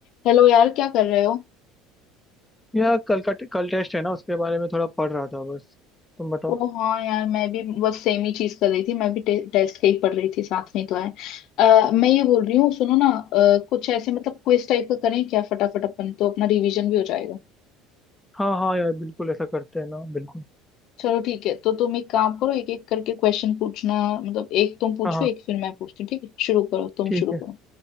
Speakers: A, on the left (about 55°); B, in the centre.
A: Hello यार क्या कर रहे हो
B: यार कल का कल टेस्ट है ना उसके बारे में थोड़ा पढ़ रहा था बस तुम बताओ
A: ओ हाँ यार मैं भी बस सेम ही चीज कर रही थी मैं भी टे, टेस्ट के ही पढ़ रही थी साथ में ही तो है अ, मैं ये बोल रही हूँ सुनो ना अ, कुछ ऐसे मतलब क्विज टाइप का करें क्या फटाफट अपन तो अपना रिवीजन भी हो जाएगा
B: हाँ हाँ यार बिल्कुल ऐसा करते हैं ना बिल्कुल
A: चलो ठीक है तो तुम एक काम करो एक एक करके क्वेश्चन पूछना मतलब एक तुम पूछो
B: हाँ हाँ
A: एक फिर मैं पूछती हूँ ठीक है शुरू करो तुम
B: ठीक
A: शुरू
B: है
A: करो